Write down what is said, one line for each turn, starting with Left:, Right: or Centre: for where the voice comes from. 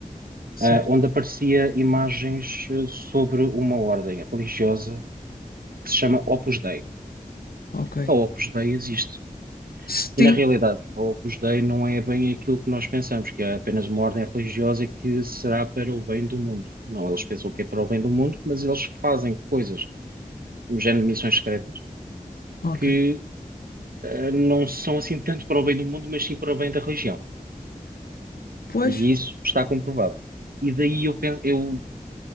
Left: Certo,
Right: ah, onde aparecia imagens eh, sobre uma ordem religiosa que se chama Opus Dei.
Left: ok.
Right: A Opus Dei existe.
Left: Sim,
Right: E na realidade, a Opus Dei não é bem aquilo que nós pensamos, que é apenas uma ordem religiosa que será para o bem do mundo. Não, eles pensam que é para o bem do mundo, mas eles fazem coisas, no género de missões secretas,
Left: ok.
Right: que eh, não são assim tanto para o bem do mundo, mas sim para o bem da religião.
Left: Pois,
Right: E isso está comprovado. E daí eu, penso, eu